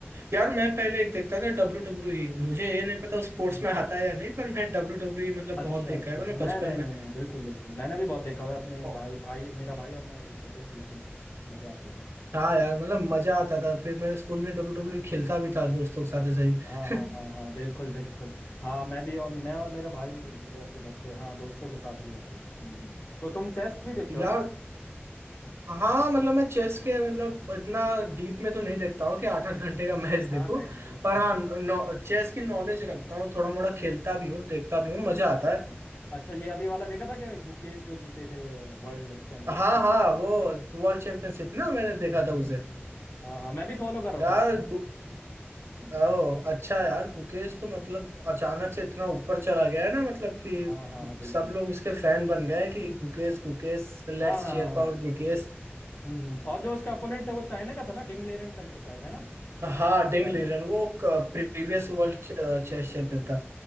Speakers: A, on the right; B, on the left.
A: यार मैं पहले एक देखता था डब्ल्यू डब्ल्यू ई मुझे ये नहीं पता स्पोर्ट्स
B: हाँ
A: में आता है या नहीं पर मैं डब्ल्यू डब्ल्यू ई मतलब
B: अच्छा
A: बहुत देखा
B: अच्छा
A: है
B: अच्छा
A: मैंने
B: नहीं
A: बचपन
B: नहीं नहीं
A: में
B: नहीं बिल्कुल बिल्कुल मैंने भी बहुत देखा हुआ है अपने
A: और-
B: भाई भाई मेरा भाई और मैं देखते थे बिल्कुल मजे आते थे
A: हाँ यार मतलब मजा आता था फिर मैं स्कूल में डब्ल्यू डब्ल्यू ई खेलता भी था दोस्तों के साथ ऐसे
B: हाँ हाँ
A: ही
B: हाँ हाँ बिल्कुल बिल्कुल हाँ मैं भी और मैं और मेरा भाई भी खेलते थे ऐसे घर पे हाँ दोस्तों के साथ भी ऐसे हम्म हम्म। तो तुम चेस भी देखते
A: <laughs>
B: हो
A: यार
B: ना
A: हाँ मतलब मैं चेस के मतलब इतना डीप में तो नहीं देखता हूँ कि आठ आठ घंटे का मैच देखूं
B: हाँ नहीं नहीं उतना
A: पर हाँ
B: तो नहीं।
A: चेस की नॉलेज रखता हूँ थोड़ा मोड़ा खेलता भी हूँ देखता भी हूँ मजा
B: आ,
A: आता है
B: अच्छा ये अभी वाला देखा था कि गुकेश जो जीते थे वर्ल्ड चैंपियन
A: हाँ
B: क्या
A: हाँ
B: बोलते हैं?
A: वो वर्ल्ड चैंपियनशिप ना मैंने देखा
B: हम्म
A: था
B: हम्म।
A: उसे
B: हाँ हाँ मैं भी फॉलो कर रहा
A: यार
B: था एक्चुअली
A: गु-
B: उसको हम्म, हम्म।
A: ओ अच्छा यार गुकेश तो मतलब अचानक से इतना ऊपर चला गया है ना मतलब कि
B: हाँ हाँ हाँ बिल्कुल
A: सब लोग उसके फैन बन गए हैं कि Gukesh Gukesh let's
B: हाँ हाँ
A: cheer
B: हाँ हाँ,
A: for Gukesh
B: हम्म हम्म। और जो उसका अपोनेंट था वो चाइना का था ना डिंग लेरेन करके शायद है ना जहाँ
A: हाँ
B: तक मुझे
A: डिंग
B: याद
A: लीरन
B: है
A: वो प्रीवियस वर्ल्ड चेस चैंपियन था